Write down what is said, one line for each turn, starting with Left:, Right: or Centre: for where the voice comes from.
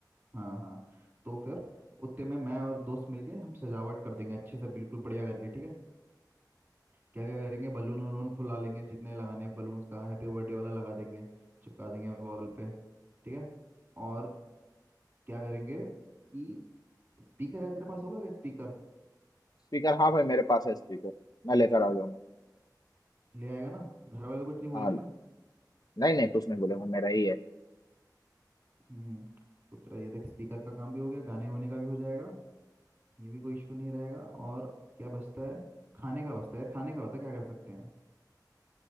Right: हाँ हाँ तो फिर उतने में मैं और दोस्त मिलके हम सजावट कर देंगे अच्छे से बिल्कुल बढ़िया करके ठीक है क्या क्या करेंगे बलून वलून फुला लेंगे जितने लगाने हैं बलून्स का हैप्पी बर्थडे वाला लगा देंगे चिपका देंगे वॉल पे ठीक है और क्या करेंगे कि स्पीकर या तेरे पास होगा क्या स्पीकर
Left: स्पीकर हाँ भाई मेरे पास है स्पीकर मैं लेकर आ जाऊंगा
Right: ले आएगा ना घर वाले तो कुछ नहीं बोलेंगे
Left: हाँ
Right: ना
Left: नहीं नहीं कुछ नहीं बोलेगा मेरा ही है
Right: हम्म तो तेरा ये देख स्पीकर का काम भी हो गया गाने वाने का भी हो जाएगा ये भी कोई इशू नहीं रहेगा और क्या बचता है खाने का बचता है यार खाने का बता क्या कर सकते हैं